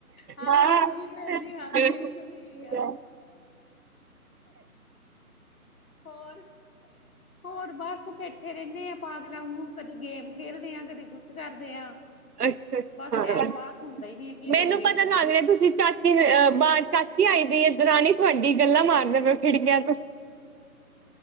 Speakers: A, on the left; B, on the right.
A: ਹਾਂ
B: ਆ ਹਾ।
A: ਹਾਂਜੀ ਭੈਣ ਜੀ ਹਾਂਜੀ
B: ਠੇਆ
A: ਸਭ ਠੀਕ ਆ ਹੋਰ। ਹੋਰ ਬਸ ਬੈਠੇ ਰਹਿੰਦੇ ਆ ਪਾਗਲਾ ਆਂਗੂ ਕਦੀ ਗੇਮ ਖੇਲਦੇ ਹਾਂ ਕਦੀ ਕੁਛ ਕਰਦੇ ਹਾਂ
B: ਅੱਛਾ ਅੱਛਾ
A: ਬਸ ਟੈਮ ਪਾਸ ਹੁੰਦਾ ਹੀ ਨਹੀਂ ਹੈ ਕੀ
B: ਮੈਨੂੰ
A: ਕਰੀਏ?
B: ਪਤਾ ਲੱਗ ਰਿਹਾ ਤੁਸੀਂ ਚਾਚੀ ਅ ਬ ਚਾਚੀ ਆਈ ਦ ਰਾਣੀ ਤੁਹਾਡੀ ਗੱਲਾਂ ਮਾਰਦੇ ਪ ਖਿੜਕੀਆਂ ਤੋਂ।